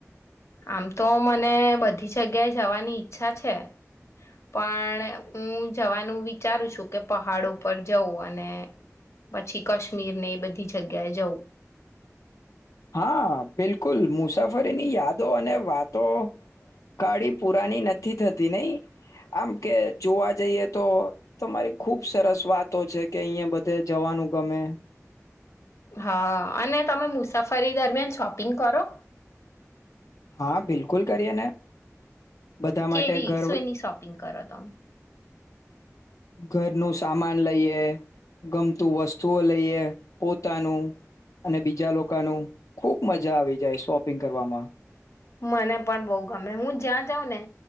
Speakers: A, on the left; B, on the left.
A: આમ તો મને બધી જગ્યાએ જવાની ઈચ્છા છે પણ હું જવાનું વિચારું છું કે પહાડો પર જઉં અને પછી કશ્મીરને એ બધી જગ્યાએ જઉં
B: હા બિલકુલ મુસાફરીની યાદો અને વાતો કાળી પુરાની નથી થતી નહી આમ કે જોવા જઈએ તો તમારી ખુબ સરસ વાતો છે કે અહીંયા બધે જવાનું ગમે
A: હા અને તમે મુસાફરી દરમિયાન શોપિંગ કરો
B: હા બિલકુલ કરીએ ને બધા
A: કેવી
B: માટે ઘર
A: સુઈની શોપિંગ કરો તમે
B: ઘરનું સામાન લઈએ ગમતું વસ્તુઓ લઈએ પોતાનું અને બીજા લોકોનું ખુબ મજા આવી જાય શોપિંગ કરવામાં
A: મને પણ બહ ગમે હું જ્યાં જાઉં ને